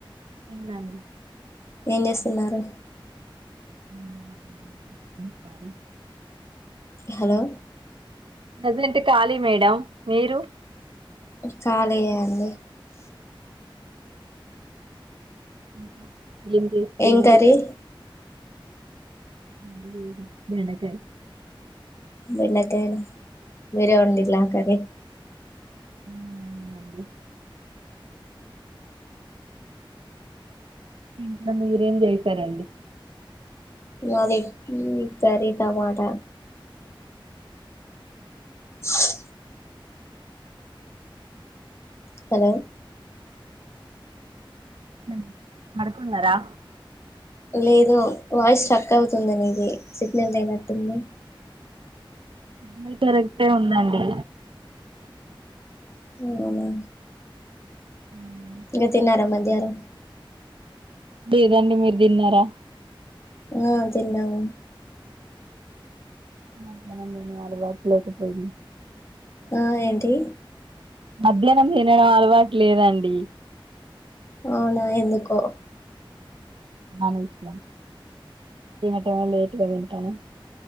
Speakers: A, on the right (about 70°); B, on the left (about 30°).
A: తిన్నాను.
B: ఏం చేస్తున్నారు.
A: <unintelligible>
B: హలో.
A: ప్రజెంట్ ఖాళీ మేడం మీరు.
B: ఖాళీయె అండి.
A: ఇంకా ఏం చేస్తున్నారు.
B: ఏం కర్రీ
A: అది వేరు బెండకయ్.
B: బెండకాయా మీరే ఒండిలా ఆ కర్రీ.
A: అవ్నవున్ అండి. ఇంకా మీరేం చేసారండి.
B: అదే ఉమ్ కరీ టమాటా. హ్మ్. హలో.
A: ఉమ్ మడుకున్నరా.
B: లేదు వాయిస్ స్ట్రక్ అవ్తుంది మీది సిగ్నల్ లేనట్టుంది.
A: <unintelligible> కరెక్టే ఉందండి.
B: ఉహ్మ్.
A: ఉమ్మ్.
B: ఇంగ తిన్నార మధ్యాహ్నం.
A: లేదండి మీరు తిన్నరా.
B: ఆహ్ తిన్నాము.
A: మధ్యాహ్నం తినే అలవాటులేకపోయింరి.
B: ఆహ్ ఏంటీ.
A: మధ్యాహ్నం తినడం అలవాట్లేదండి.
B: ఔనా ఎందుకో.
A: మానేసిన ఏందంటే లేట్గా తింటాను.